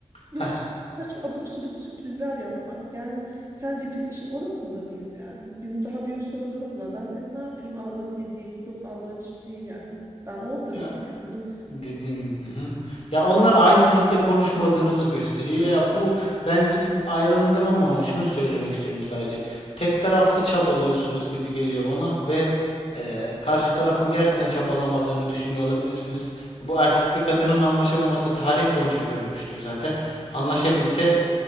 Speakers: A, on the right; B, on the left.
A: yok
B: Heh.
A: kaç abuk subuk sürprizler yapmak yani sence biz işin orasında mıyız yani bizim daha büyük sorunlarımız var ben senin ne yapayım aldığın hediyeyi yok aldığın çiçeği yani ben orada
B: Ya
A: mıyım yani bu.
B: Dedin. Hı hı. Ya onlar aynı dilde konuşmadığınızı gösteriyor. Ya bu ben gidip ayrılın demem ama şunu söylemek istiyorum sadece. Tek taraflı çabalıyorsunuz gibi geliyor bana ve eee, karşı tarafın gerçekten çabalamadığını düşünüyor olabilirsiniz. Bu erkekle kadının anlaşamaması tarih boyunca görülmüştür zaten. Anlaşabilse